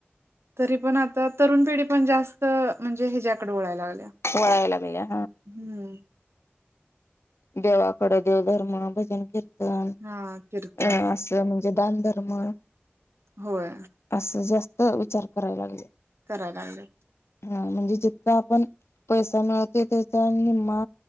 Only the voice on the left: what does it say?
वळायला लागल्या.
देवाकडे, देवधर्म, भजन, कीर्तन
अ असऽ म्हणजे दान धर्मऽ
असं जास्त विचार करायला लागले
हा म्हणजे जितका आपण पैसा मिळवतो त्याचा निमा